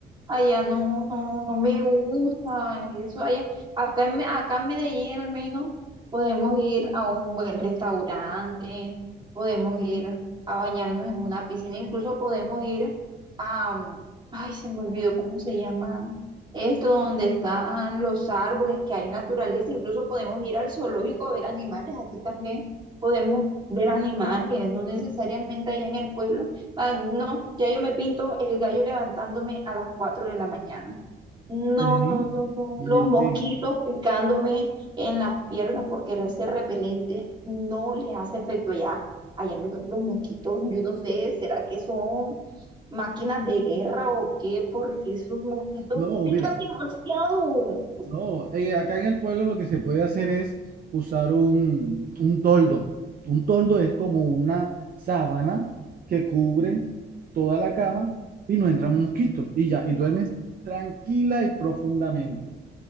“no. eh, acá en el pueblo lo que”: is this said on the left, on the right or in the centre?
Right